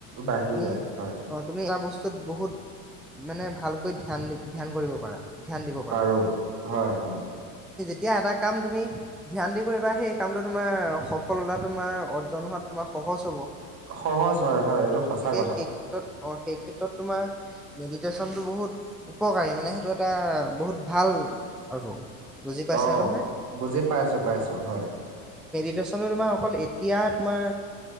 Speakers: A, on the right (about 45°); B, in the centre.
A: বাঢ়ি
B: তুমি
A: যায় হয়
B: অ তুমি এটা বস্তুত বহুত মানে ভালকৈ ধ্যান ধ্যান কৰিব পাৰা ধ্যান দিব পাৰা
A: পাৰো হয় হয়
B: এতিয়া এটা কাম তুমি ধ্যান দি কৰিবা সেই কামটো তোমাৰ সফলতা তোমাৰ অৰ্জন হোৱাতৃ তোমাৰ সহজ হ'ব অ
A: সহজ হয় হয় এইটো সঁচা
B: গতিকে
A: কথা
B: সেই ক্ষেত্ৰত অ সেই ক্ষেত্ৰত তোমাৰ মেডিটেশ্যনটো বহুত উপকাৰী মানে সেইটো এটা বহুত ভাল আৰু বুজি পাইছা
A: অ
B: নহয়
A: বুজি পাইছো পাইছো হয়
B: দৰ্শন তোমাৰ অকল এতিয়া তোমাৰ